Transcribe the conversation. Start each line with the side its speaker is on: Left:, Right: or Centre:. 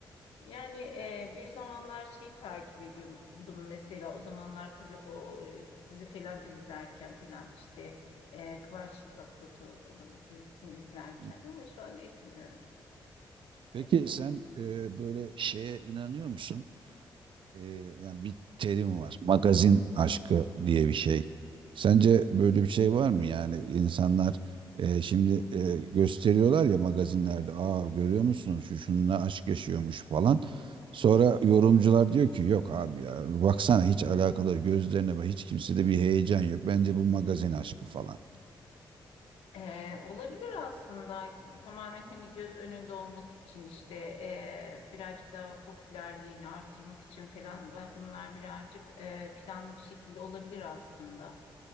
Left: Yani e, bir zamanlar şeyi takip ediyordum mesela o zamanlar tabii o e, dizi falan izlerken falan işte e, Kıvanç Tatlıtuğ onun dizisini izlerken
Right: Hı.
Left: ama şu an etmiyorum.
Right: Peki
Left: E,
Right: sen e, böyle şeye inanıyor musun? e, yani bir terim var. Magazin aşkı diye bir şey. Sence böyle bir şey var mı? Yani insanlar e, şimdi e, gösteriyorlar ya magazinlerde. Aa görüyor musun şu şununla aşk yaşıyormuş falan. Sonra yorumcular diyor ki yok abi ya baksana hiç alakaları gözlerine bak hiç kimsede bir heyecan yok. Bence bu magazin aşkı falan.
Left: Ee, olabilir aslında tamamen hani göz önünde olmak için işte ee, birazcık daha popülerliğini artırmak için falan ve bunlar birazcık ee, planlı bir şekilde olabilir aslında.